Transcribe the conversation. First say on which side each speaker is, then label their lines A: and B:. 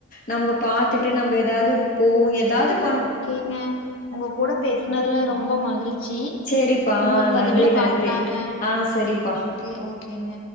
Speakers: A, on the left (about 40°); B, on the left (about 75°).
A: நம்ம பாத்துட்டு நம்ம எதாவது இருப்போ எதாது
B: ஓகேங்க உங்க கூட பேசனதுல ரொம்ப மகிழ்ச்சி
A: சேரிப்பா
B: இன்னொரு பதிவுல
A: நன்றி நன்றி
B: பாக்கலாங்க
A: ஆ சரிப்பா
B: ஓகே ஓகேங்க